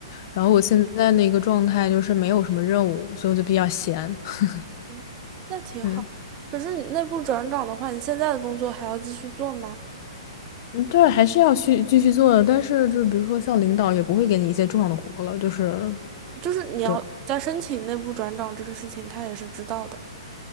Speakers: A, on the left (about 40°); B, on the right (about 30°).
A: 然后我现在的一个状态就是没有什么任务，所以我就比较闲。<laughs>
B: 嗯那挺好。
A: 嗯
B: 可是你内部转岗的话，你现在的工作还要继续做吗？
A: 嗯，对，还是要去继续做的，但是就是比如说像领导也不会给你一些重要的活了，就是
B: 就是你要在申请内部转岗这个事情，
A: 对，
B: 他也是知道的，